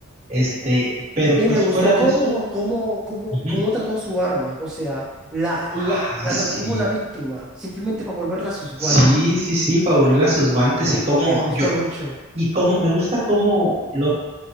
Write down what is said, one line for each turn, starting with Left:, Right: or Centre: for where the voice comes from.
Right: Este, pero
Centre: Y
Right: pues
Centre: me gustó
Right: fuera de
Centre: cómo,
Right: eso.
Centre: cómo, cómo,
Right: ujú.
Centre: cómo trató a su arma, o sea, la,
Right: Ah,
Centre: la, la
Right: sí.
Centre: trató como una víctima, simplemente para volverla a sus
Right: Sí,
Centre: guantes.
Right: sí, sí, para volver a sus guantes y cómo
Centre: Me gustó
Right: yo.
Centre: mucho.
Right: Y cómo me gusta cómo lo,